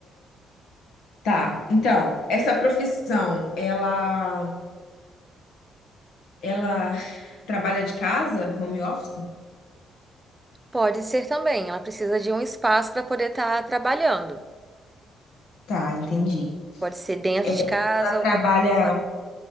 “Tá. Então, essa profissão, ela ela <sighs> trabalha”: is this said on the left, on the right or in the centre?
Left